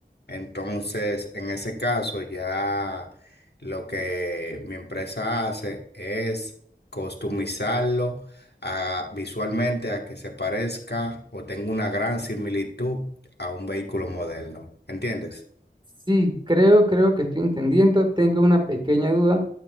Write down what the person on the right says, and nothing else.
Sí, creo, creo que estoy entendiendo. Tengo una pequeña duda